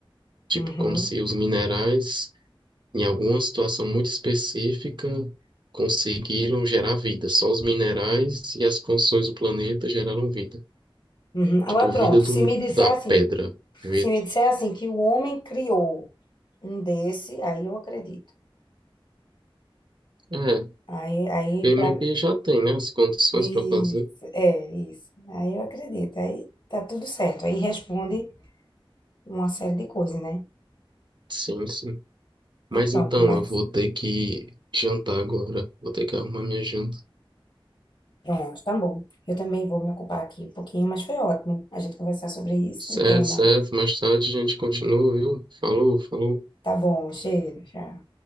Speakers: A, on the right (about 55°); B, on the left (about 55°).
A: Tipo,
B: Uhum,
A: como se os minerais, em alguma situação muito específica, conseguiram gerar vida. Só os minerais e as condições do planeta geraram vida.
B: uhum. Agora
A: Tipo,
B: pronto,
A: vida do,
B: se me disser
A: da
B: assim,
A: pedra. Vi-
B: Se me disser assim que o homem criou um desse, aí eu acredito.
A: É,
B: Aí, aí
A: e
B: para
A: meio que já tem, né, as condições
B: isso,
A: para fazer.
B: é isso. Aí eu acredito. Aí tá tudo certo. Aí responde uma série de coisas, né?
A: Sim, sim. Mas
B: E pronto,
A: então,
B: mas
A: eu vou ter que jantar agora. Vou ter que arrumar minha janta.
B: pronto, tá bom. Eu também vou me ocupar aqui um pouquinho, mas foi ótimo a gente conversar sobre isso,
A: Certo,
B: um tema.
A: certo. Mais tarde a gente continua, viu? Falou, falou.
B: Tá bom, chega, já.